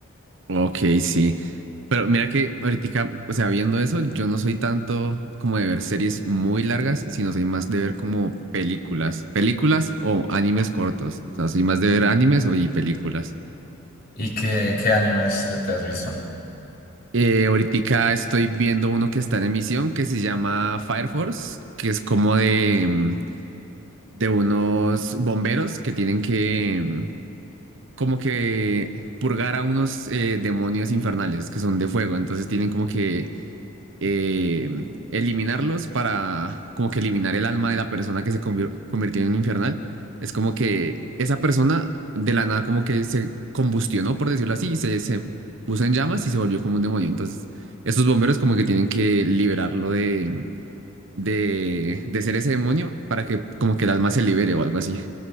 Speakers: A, on the right; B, on the left.
A: Ok, sí. Pero mira que ahorita, o sea, viendo eso, yo no soy tanto como de ver series muy largas, sino soy más de ver como películas, películas o animes cortos. O sea, soy más de ver animes o y películas.
B: ¿Y qué, qué animes te has visto?
A: Eh, ahorita estoy viendo uno que está en emisión que se llama Fire Force, que es como de, mm, de unos bomberos que tienen que mm, como que purgar a unos eh, demonios infernales que son de fuego. Entonces tienen como que eh, eliminarlos para como que eliminar el alma de la persona que se convier- convirtió en infernal. Es como que esa persona de la nada como que se combustionó, por decirlo así, y se, se puso en llamas y se volvió como un demonio. Entonces, estos bomberos como que tienen que liberarlo de, de, de ser ese demonio para que como que el alma se libere o algo así.